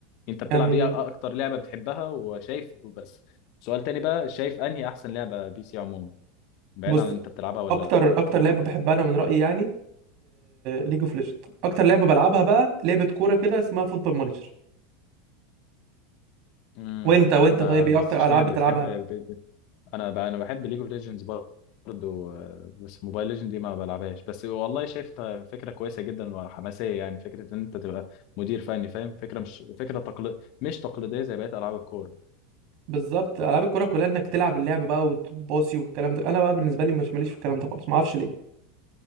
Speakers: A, on the left; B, on the right.
A: انت بتلعب
B: يعني
A: ايه اكتر لعبة بتحبها وشايف وبس سؤال تاني بقى شايف انهي احسن لعبة بي سي عموما بعيد
B: بص
A: عن انت بتلعبها ولا
B: اكتر
A: لأ؟
B: اكتر لعبه بحبها انا من رايي يعني ليج اوف ليجند اكتر لعبه بلعبها بقى لعبه كوره كده اسمها فوتبول مانجر
A: امم
B: وانت وانت
A: ده
B: طيب ايه
A: بس
B: اكتر
A: اشمعنى
B: العاب بتلعبها
A: بتحب ب... ب... انا ب... انا بحب ليج اوف ليجندز برضه آه، بس موبايل ليجند دي ما بلعبهاش بس والله شايفها فكرة كويسة جدا وحماسية يعني فكرة ان انت تبقى مدير فني فاهم فكرة مش فكرة تقل... مش تقليدية زي بقية العاب الكورة
B: بالظبط العاب الكوره كلها انك تلعب اللعب بقى وتباصي والكلام ده انا بقى بالنسبه لي مش ماليش في الكلام ده خالص ما اعرفش ليه